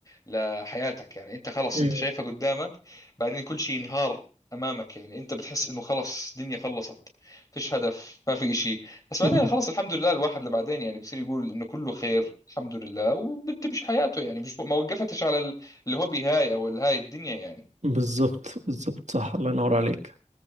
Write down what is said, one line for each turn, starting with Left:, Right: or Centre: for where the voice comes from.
Left: لحياتك يعني أنت خلص
Right: أمم،
Left: أنت شايفها قدامك بعدين كل شيء ينهار أمامك يعني أنت بتحس إنه خلص الدنيا خلصت فيش هدف ما في إشي بس بعدين
Right: أمم.
Left: خلص الحمد لله الواحد اللي بعدين يعني بصير يقول إنه كله خير الحمد لله وبتمشي حياته يعني مش ما وقفتش على ال- الهوبي هاي أو الهاي الدنيا يعني
Right: بالظبط بالظبط صح الله ينور عليك